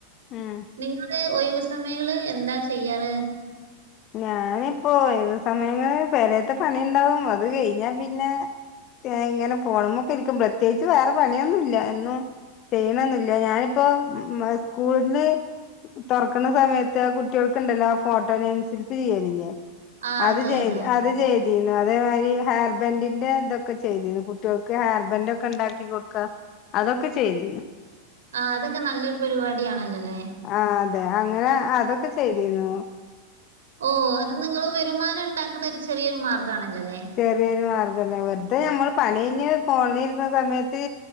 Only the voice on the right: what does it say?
നിങ്ങ ഒയിവ് സമയങ്ങള് എന്താ ചെയ്യാറ്
ആ
അതെ
അതെ അതെ
അതെ
ആഹ് അതൊക്കെ നല്ലൊരു പരിപാടി ആണല്ലോല്ലേ
ഓ അത് നിങ്ങള് വരുമാനം ഉണ്ടാക്കണ ഒരു ചെറിയൊരു മാർഗമാണല്ലോല്ലേ